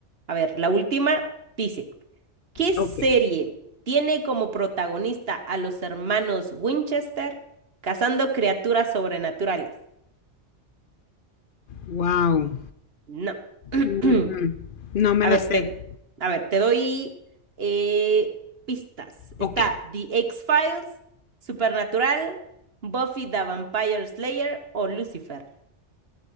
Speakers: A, on the right; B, on the left.
A: a ver, la última, dice. ¿Qué serie
B: Ok.
A: tiene como protagonista a los hermanos Winchester cazando criaturas sobrenaturales?
B: Wow.
A: No.
B: Mm,
A: <clears throat>
B: mm. No me
A: A
B: la
A: ver,
B: sé.
A: te, a ver, te doy eh, pistas. Está
B: Ok.
A: The X-Files, Supernatural, Buffy the Vampire Slayer o Lucifer.